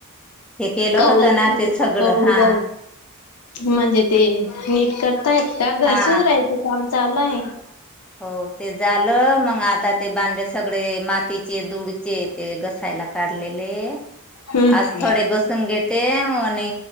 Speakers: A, in the centre; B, on the left (about 75°).
A: हे केलं
B: कौल
A: होतं ना
B: म्हणतात
A: ते सगळं
B: कौल
A: हा
B: म्हणजे ते नीट करताय का घर
A: हा
B: सुधरायचं राहायचं काम चालू आहे
A: हो ते झालं. मग आता ते भांडे सगळे माती मातीची धूळचे ते घसायला काढलेले ते
B: हम्म
A: आज थोडे घसून घेते आणि